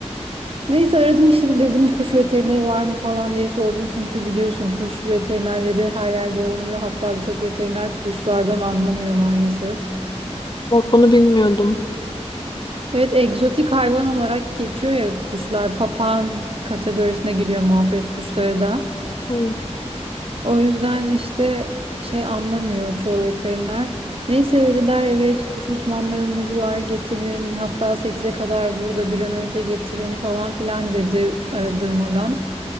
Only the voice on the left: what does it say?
Bak bunu bilmiyordum.
Hı.